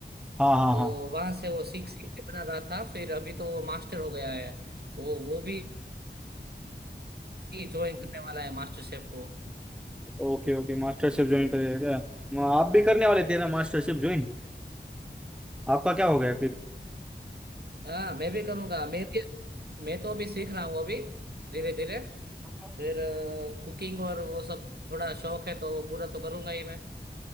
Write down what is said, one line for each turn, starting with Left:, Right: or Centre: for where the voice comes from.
Centre: हाँ हाँ
Right: तो
Centre: हाँ
Right: वहां से वो सीख सीख के बना रहा था फिर अभी तो वो मास्टर हो गया है वो वो भी ज्वाइन करने वाला है मास्टर शेफ को
Centre: Okay okay MasterChef join करेगा क्या आप भी करने वाले थे ना मास्टर शेफ ज्वाइन आपका क्या हो गया
Right: हाँ मैं भी करूँगा मैं भी मैं तो अभी सीख रहा हूँ अभी धीरे धीरे
Centre: फिर
Right: फिर कुकिंग और वो सब थोड़ा शौक है तो वो पूरा तो करूँगा ही मैं